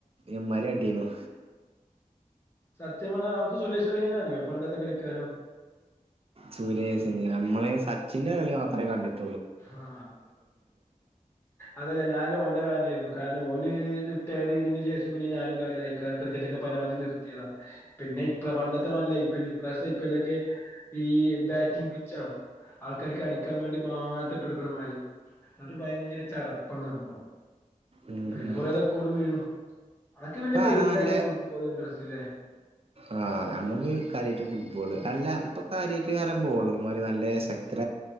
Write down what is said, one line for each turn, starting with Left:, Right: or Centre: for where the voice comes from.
Right: എമ്മാരി അടിയയ്നു.
Left: സത്യമാണ് ആൾക്ക് സുരേഷ് റെയ്നനെ അറിയോ പണ്ടത്തെ കളിക്കാരൻ
Right: സൂര്യ നമ്മള് സച്ചിന്റെ കളി മാത്രമേ കണ്ടിട്
Left: ആ അതല്ലേ ഞാൻ ഓന്റെ ഫാനായിരുന്നു കാരണം ഓന് റിട്ടയർ ചെയ്തതിന് ശേഷം പിന്നെ ഞാനും കളി ന ക്രിക്കറ്റൊക്കെ പരമാവധി നിർ യതാ പിന്നെ ഇപ പണ്ടത്തെ മാതിരിയല്ല ഐ പി എൽ ഇപ്രാവശ്യം ഐ പി എൽ ഒക്കെ ഈ ബാറ്റിംഗ് പിച്ച് ആണ്. ആൾക്കാർക്ക് അടിക്കാൻ വേണ്ടി മാത്രം ഇട്ട് കൊടുക്കണ മാതിരി അത് ഭയങ്കര ചടപ്പാണ് സംഭവം
Right: ഉം
Left: പിന്നെ
Right: ഉം.
Left: കൊറേ റെക്കോർഡും വീഴും അതൊക്കെ
Right: ഇപ്പ
Left: പിന്നെ മെയിൻ
Right: ആരാ നല്ല
Left: ആയിട്ട് ഫുട്ബോൾ ഇൻട്രസ്റ്റ്ല്ലേ
Right: ആ നമ്മള് കാര്യായിട്ട് ഫുട്ബോള് അല്ല ഇപ്പൊ കാര്യമായിട്ട് ആരാ ബോളർമാർ നല്ല ശക്ത